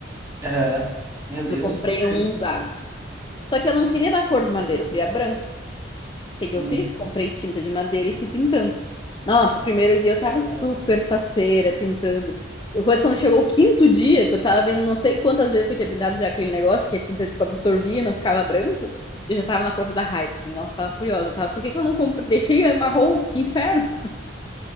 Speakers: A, on the right; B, on the left.
A: Aham. Meu Deus.
B: Eu comprei um usado. Só que eu não queria da cor de madeira, eu queria branco. O que que eu
A: Hum.
B: fiz? Comprei tinta de madeira e fui pintando. Nossa, o primeiro dia eu
A: Cara.
B: tava super faceira pintando. Depois, quando chegou o quinto dia, que eu tava vendo não sei quantas vezes que eu tinha pintado já aquele negócio, que a tinta, tipo, absorvia e não ficava branco, eu já tava na força da raiva, assim. Nossa, eu tava furiosa, tava. Por que que eu não comprei? Deixei marrom? Que inferno!